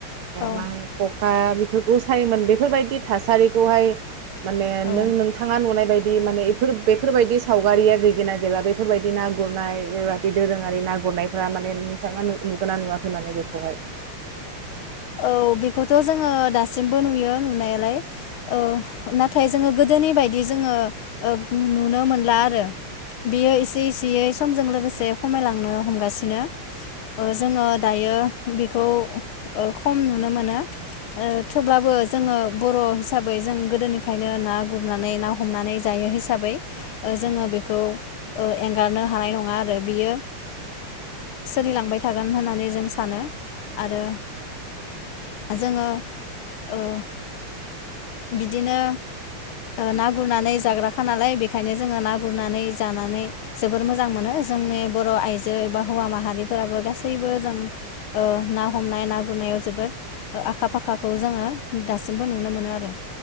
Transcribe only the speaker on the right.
मा होनो खखा बेफोरखौ सायोमोन बेफोरबायदि थासारिखौहाय माने
नों नोंथाङा नुनाय बायद माने बेफोर बेफोरबायदि सावगारिया गैगोन ना गैला बेफोरबायदि ना गुरनाय बेबायदि दोरोङारि ना गुरनायफ माने नोंथाङा नुगोना नुवाखै माने बेखौहाय